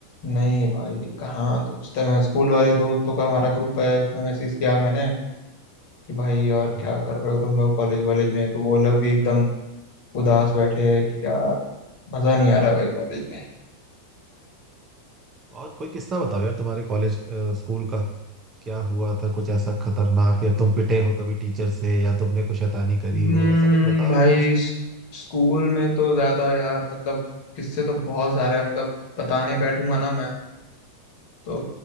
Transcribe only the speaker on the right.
हाँ
और कोई किस्सा बताओ यार तुम्हारे कॉलेज स्कूल का क्या हुआ था कुछ ऐसा खतरनाक या तुम पिटे हो कभी टीचर से या तुमने कुछ शैतानी करी
हो ऐसा कुछ बताओ
इंटरेस्टिंग